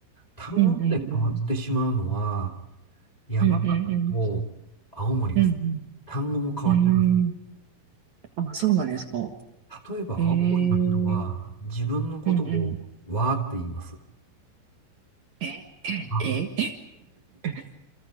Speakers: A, on the left (about 40°); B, on the right (about 70°).
A: 単語まで変わってしまうのは、
B: うんうん。
A: 山形と青森です。
B: うんうんうん。うん
A: 単語も変わっちゃいます。
B: うん。うーん。あ、そうなんですか。
A: 例えば、
B: ええ、
A: 青森の人は、
B: うん
A: 自分のことを、
B: うん。
A: わーって言います。
B: え、
A: あ、
B: え、え <laughs>